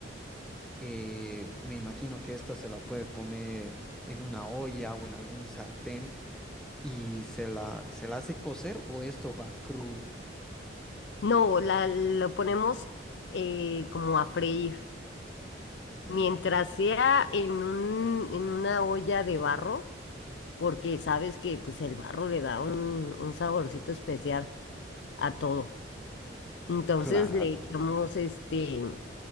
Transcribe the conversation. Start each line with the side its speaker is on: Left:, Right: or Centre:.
Centre: Eh, me imagino que esta se la puede poner en una olla o en algún sartén y se la, se la hace cocer o esto va crudo.
Left: No, la, lo ponemos eh, como a freír.
Centre: Ah, Ya,
Left: Mientras sea en un, en una olla de barro, porque sabes que pues el barro le da un, un saborcito especial a todo. Entonces
Centre: claro.
Left: le echamos este